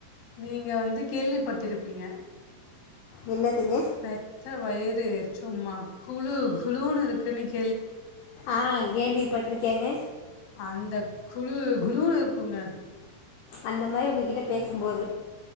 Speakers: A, on the left; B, on the left.
A: நீங்க வந்து கேள்விப்பட்டிருப்பீங்க
B: என்னதுங்க
A: பெத்த வயிறு சும்மா குலு குலூனு இருக்கு இன்னிக்கு
B: ஆஹ் கேள்விப்பட்டிருக்கேங்க
A: அந்த குழு குலுனு இருக்குங்க
B: அந்த மாரி உங்ககிட்ட பேசும்போது